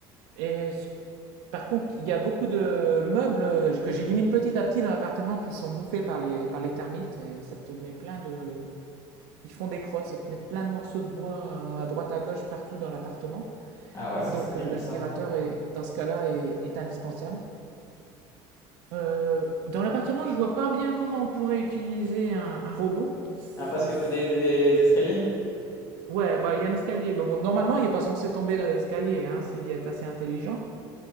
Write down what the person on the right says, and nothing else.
Et ce- par contre, il y a beaucoup de meubles euh, que j'élimine petit à petit dans l'appartement qui sont bouffés par les, par les termites et ça te met plein de, Ils font des crottes, ça te met plein de morceaux de bois euh, à droite, à gauche, partout dans l'appartement.
Donc
euh, l'aspirateur
est, dans ce cas-là, est, est indispensable. Euh, dans l'appartement, je vois pas bien comment on pourrait utiliser un, un robot. Ça,
s-
ouais, bah il y a un escalier, mais bon, normalement il est pas censé tomber dans l'escalier, hein, s'il est assez intelligent.